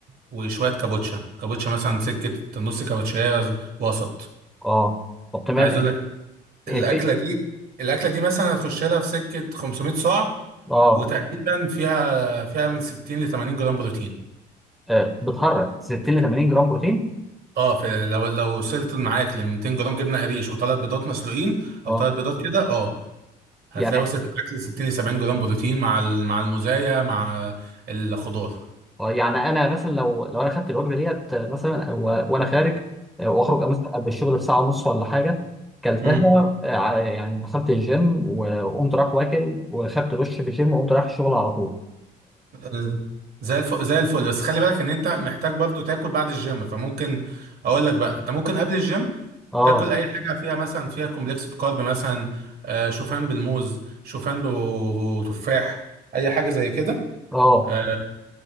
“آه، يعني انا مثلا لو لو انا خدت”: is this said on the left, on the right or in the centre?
Centre